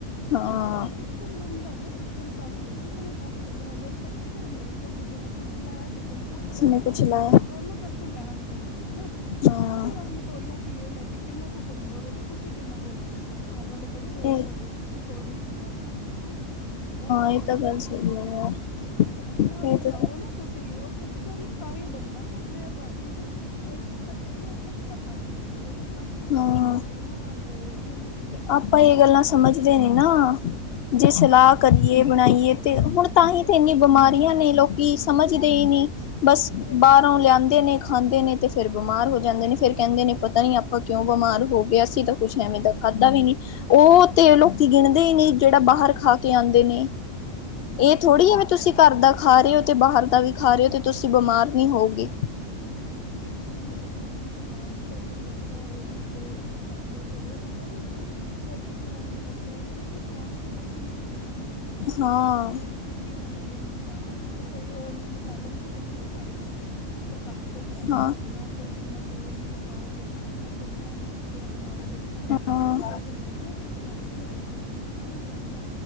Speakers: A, on the left (about 85°); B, on the left (about 60°).
A: ਤੇ
B: ਹਾਂ
A: ਇਸ ਵਾਸਤੇ ਸਿਸਟਮ ਬਣਦਾ। ਸਿਸਟਮ ਤਾਂ ਹੀ ਬਣੂ ਜਿਵੇਂ ਦਸ ਪੰਦਰਾਂ ਲੋਕ ਕੱਠੇ ਇਕੱਠੇ ਮਿਲ ਕੇ ਕਿਸੇ ਨੇ ਕੁਛ ਲਾਇਆ ਕਿਸੇ ਨੇ ਕੁਛ
B: ਕਿਸੇ
A: ਲਾਇਆ
B: ਨੇ ਲਾਇਆ
A: ਤਾਂ ਕਿ ਦੋਨੋ ਤਰਫੋਂ ਲੈਣ ਦੇਣ ਹੋਏ ਨਾ।
B: ਹਾਂ
A: ਤੁਸੀਂ ਆਪਣੀ ਤੋਰੀਆਂ ਘਿਏ ਲੈ ਕੇ ਕਿੰਨਾ ਕੁ ਘੁੰਮਲੋਗੇ ਤੇ ਤੁਸੀਂ ਕਿੰਨਾ ਕੁ ਖਾ ਲੋਗੇ ਇਸ ਘਰ ਵਾਲੇ ਥੋੜ੍ਹੀ ਰੋਜ਼
B: ਇਹ
A: ਤੁਹਾਡੇ ਤੋਰੀ ਘਿਆ ਖਾਣਗੇ ਨਾ। ਬਹੁਤ
B: ਇਹ
A: ਹਾਂ
B: ਤਾਂ ਗੱਲ
A: ਹਾਂ
B: ਸਹੀ ਹੈ ਯਾਰ
A: ਤੇ ਕਿੰਨਾ ਵੀ
B: ਇਹ ਤਾਂ
A: ਚਾਹੋ ਨਾ ਤੁਸੀਂ ਉਹ ਸਿਸਟਮ ਇੱਕ। ਤਾਂ ਹੀ ਬੰਦਾ ਗਾ ਜੇ ਤੁਹਾਡੀ ਨਾ ਇੱਕ ਇਕੱਠੇ ਇਕੱਠਾਪਨ ਹੋਏ। ਕਿ ਘੱਟ ਹੋਏ
B: ਹਾਂ
A: ਇੱਕ ਤੁਹਾਡੀ ਨਾਬੋ ਯੂਨਿਟ
B: ਆਪਾਂ ਇਹ ਗੱਲਾਂ ਸਮਝਦੇ ਨੇ ਨਾ
A: ਹਮ ਹਾਂ
B: ਜੇ ਸਲਾਹ
A: ਤੇ
B: ਕਰੀਏ ਬਣਾਈਏ
A: ਹਾਂ
B: ਤੇ ਹੁਣ ਤਾਂ ਹੀ
A: ਇੱਕ
B: ਤੇ ਇੰਨੀ
A: ਦੂਜੇ
B: ਬਿਮਾਰੀਆਂ
A: ਨਾਲ
B: ਨੇ ਲੋਕੀ
A: ਹਾਂ
B: ਸਮਝਦੇ ਹੀ ਨਹੀਂੀ
A: ਹਾਂ
B: ਬਸ
A: ਤੇ ਇੱਕ
B: ਬਾਹਰੋਂ ਲਿਆਂਦੇ ਨੇ ਖਾਂਦੇ ਨੇ ਤੇ ਫਿਰ ਬਿਮਾਰ ਹੋ ਜਾਂਦੇ ਨੇ ਫਿਰ ਕਹਿੰਦੇ ਨੇ ਪਤਾ ਨਹੀਂ ਆਪਾਂ ਕਿਉਂ ਬਿਮਾਰ ਹੋ ਗਏ ਅਸੀਂ ਤਾਂ ਕੁਛ
A: ਹਾਂ
B: ਐਵੇਂ ਤੱਕ ਖਾਧਾ ਵੀ ਨੀ ਉਹ ਤੇ ਲੋਕੀ ਗਿਣਦੇ ਨੀ ਜਿਹੜਾ ਬਾਹਰ ਖਾ ਕੇ ਆਉਂਦੇ ਨੇ। ਇਹ ਥੋੜ੍ਹੀ ਹੈ ਵੀ ਤੁਸੀਂ ਘਰ ਦਾ ਖਾ ਰਹੇ ਹੋ ਤੇ ਬਾਹਰ ਦਾ ਵੀ ਖਾ ਰਹੇ ਹੋ ਤੇ ਤੁਸੀਂ ਬਿਮਾਰ ਨਹੀਂ ਹੋਗੇ।
A: ਹਾਂ ਬਸ ਇਹੀ ਹੈਗਾ ਮੂੰਹ ਤਾਂ ਬਾਹਰ ਦੀ ਤਰਫ਼ ਹੀ ਰਹਿੰਦਾ। ਉਹ ਇਨੇ ਤੇਜ਼ ਮਸਾਲੇ ਤੇ ਉਹ ਪਤਾ ਨੀ ਕਿਉਂ ਉਹ ਚੀਜ਼ਾਂ ਐਵੇਂ ਲੱਗਦੀ ਹੈਗੀਆਂ ਨੇ ਕਿ ਸਵਾਦ ਤਾਂ। ਬਸ ਇੰਨਾ। ਹੈਗਾ ਘਰ
B: ਹਾਂ,
A: ਵਾਲੀ ਸਾਰਿਆਂ ਨੂੰ ਫਿੱਕੀਆਂ ਲੱਗਣਗੀਆਂ ਅਸੀਂ ਤਾਂ ਕੋਈ ਉਹ ਇਨੇ ਮਸਾਲੇ ਮਸੂਲੇ ਥੋੜੇ ਪਾਈ ਦੇ। ਹੈਗੇ ਨੇ ਤੇ ਘਰ ਦੇ ਤੁਸੀਂ ਇੰਨਾ
B: ਹਾਂ,
A: ਨਾ ਤੁਸੀਂ ਇੰਨਾ ਤੇਲ ਕੀ। ਪਾਓਗੇ ਨਾ ਇੰਨਾ ਤਲੀਆਂ ਹੋਈਆਂ ਚੀਜ਼ਾਂ ਬਣਾਓਗੇ ਸਾਨੂੰ
B: ਹਾਂ,
A: ਚਾਹੀਦੇਆਂ ਨੇ ਹਲਕੀਆਂ ਚੀਜ਼ਾਂ ਬੱਚਿਆਂ ਨੂੰ ਚਾਹੀਦੀਆਂ ਨੇ ਤਿੱਖੀਆਂ ਚੀਜ਼ਾਂ